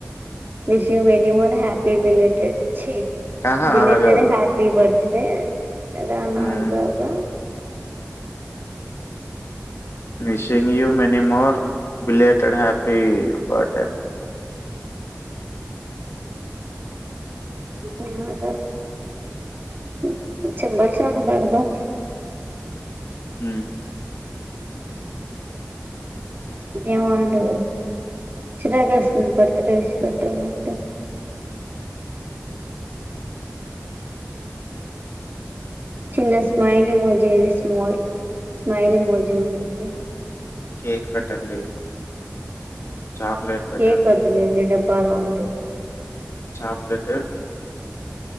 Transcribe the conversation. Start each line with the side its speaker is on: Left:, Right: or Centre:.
Right: wish you many more happy belated చి
Left: ఆహా
Right: బిలేటెడ్
Left: అలా కాదు.
Right: హ్యాపీ పి బర్త్ డే రన
Left: హ్మ్.
Right: గగా
Left: wishing you many more belated happy birthday
Right: <unintelligible> చిమ్మచాలబెదడం
Left: ఉ
Right: ఏమొండి చిరాగా వేస్తుంది బర్త్ డే విసి పెట్టాలంటే చిన్న స్మైల్ ఇమోజి ఆది స్మాల్ స్మైల్ ఇమోజీ ఉండిది
Left: కేక్ పెట్టండి చాక్లెట్ పెట్టండి.
Right: కేకు వద్దులేండి డబ్బలొఉంటాయి.
Left: చెక్లేట్.